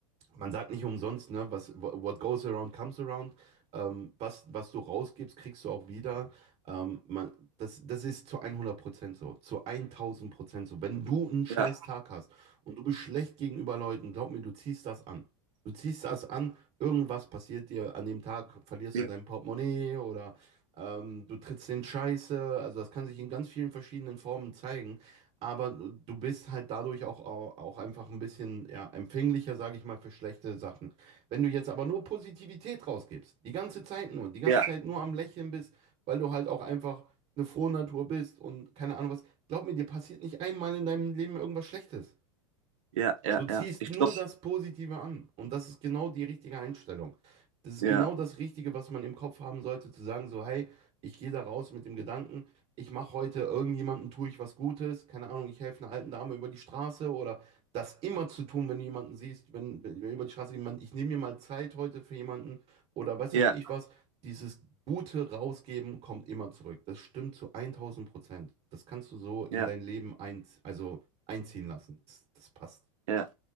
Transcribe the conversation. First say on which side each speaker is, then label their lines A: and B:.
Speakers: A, on the right; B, on the right.
A: man sagt nicht umsonst, ne, was what goes around comes around. Ähm, was, was du rausgibst, kriegst du auch wieder. Ähm, man, das, das ist zu 100% so, zu 1000% so. Wenn du einen scheiß
B: ja,
A: Tag hast und du bist schlecht gegenüber Leuten, glaub mir, du ziehst das an. Du ziehst das an, irgendwas passiert dir an dem Tag, verlierst
B: ja,
A: du dein Portemonnaie oder ähm, du trittst in Scheiße. Also das kann sich in ganz vielen verschiedenen Formen zeigen aber du bist halt dadurch auch, auch, auch einfach ein bisschen ja, empfänglicher, sage ich mal, für schlechte Sachen. Wenn du jetzt aber nur Positivität rausgibst, die ganze Zeit nur, die ganze
B: ja,
A: Zeit nur am Lächeln bist, weil du halt auch einfach eine frohe Natur bist und keine Ahnung was, glaub mir, dir passiert nicht einmal in deinem Leben irgendwas Schlechtes.
B: ja, ja,
A: Du ziehst
B: ja. Ich
A: nur
B: glaube,
A: das Positive an. Und das ist genau die richtige Einstellung. Das ist
B: ja,
A: genau das Richtige, was man im Kopf haben sollte, zu sagen, so, hey, ich gehe da raus mit dem Gedanken, ich mache heute irgendjemandem, tue ich was Gutes, keine Ahnung, ich helfe einer alten Dame über die Straße oder das immer zu tun, wenn du jemanden siehst, wenn, wenn über die Straße jemand, ich nehme mir mal Zeit heute für jemanden oder weiß
B: ja,
A: was ich was, dieses Gute rausgeben kommt immer zurück. Das stimmt zu 1000 Prozent. Das kannst du so in
B: ja,
A: dein Leben ein, also einziehen lassen. Das, das passt.
B: ja.